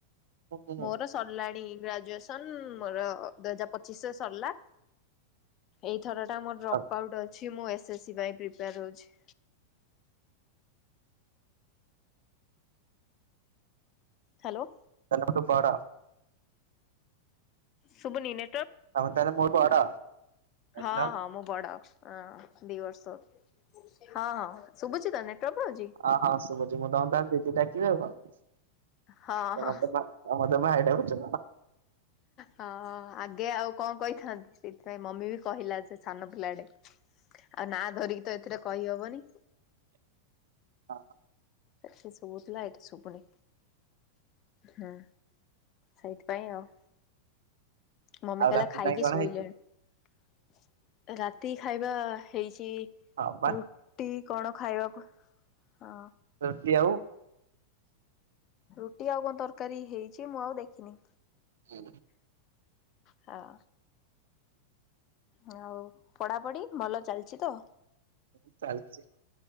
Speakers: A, on the right; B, on the left.
A: ହୁଁ ହୁଁ ହୁଁ।
B: ମୋର ସରିଲାଣି ଗ୍ରାଜୁଏସନ ମୋର ଦୁଇ ହଜାର ପଚିଶରେ ସରଲା। ଏଇଥର ଟା ମୋର ଡ୍ରପ୍
A: ଆଉ
B: ଆଉଟ୍ ଅଛି ମୁଁ ଏସ୍ ଏସ୍ ସି ପାଇଁ ପ୍ରିପେୟାର ହଉଚି। ହାଲୋ।
A: ତମେ ଠୁ ବଡ।
B: ଶୁବୁନି ନେ
A: ତମେ ତାହେଲେ ମୋ ବଡ? ବୁଝିଲ।
B: ହଁ ହଁ ମୁଁ ବଡ ଅଁ ଦି ବର୍ଷ। ହଁ ହଁ ଶୁବୁଚି ତ ନେଟୱାର୍କ ପାଉଚି?
A: ହଁ ହଁ ଶୁବୁଚି ମୁଁ ତମକୁ ତାହେଲେ ଦିଦି ଡାକିବି ଆଉ କଣ।
B: ହଁ
A: ତମେ
B: ହଁ
A: ତ ଭା ତମେ ତ ଭାଇ ଡାକୁଚ ପା।
B: ହଁ ହଁ ଆଗେ ଆଉ କଁ କହିଥାନ୍ତି ସେଇଥିପାଇଁ ମମି କହିଲା ସେ ସାନ ପିଲାଡେ ଆଉ ନାଁ ଧରିକି ତ ଏଥିରେ କହି ହବନି।
A: ହଁ
B: ସେଠି ଶୁବୁଥିଲା ଏଠି ଶୁବୁନି। ହୁଁ ସେଇଥିପାଇଁ ଆଉ। ମମି
A: ଆଉ
B: କହିଲା
A: ରାତି
B: ଖାଇକି
A: ପାଇଁ କଣ
B: ଶୋଇଲେଣି
A: ହେଇଛି
B: ରାତି ଖାଇବା ହେଇଚି
A: ହଁ ବା
B: ରୁ ଟି କଣ ଖାଇବାକୁ ହଁ
A: ରୁଟି ଆଉ?
B: ରୁଟି ଆଉ କଁ ତରକାରୀ ହେଇଚି ମୁଁ ଆଉ ଦେଖିନି।
A: ହୁଁ
B: ହଁ। ହୋଉ ପଢାପଢି ଭଲ ଚାଲଚି ତ?
A: ସବୁ ଚାଲଚି